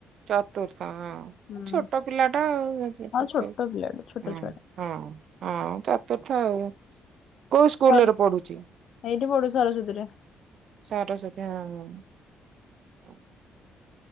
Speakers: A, on the right (about 65°); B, on the left (about 65°).
A: ଚତୁର୍ ହଁ
B: ହୁଁ।
A: ଛୋଟ ପିଲାଟା ଆଉ ଅଛି
B: ହଁ
A: ସେଥିଁ
B: ଛୋଟ ପିଲାଟେ ଛୋଟ
A: ହଁ
B: ଛୁଆଟେ
A: ହଁ ହଁ ଚ ତଥା ଆଉ। କୋଉ ସ୍କୁଲରେ
B: ସର
A: ପଢୁଛି
B: ଏଇଠି ପଢୁଛି ସରସ୍ୱତୀରେ
A: ସରସଥିୀ ହଁ ହଁ <inaudible>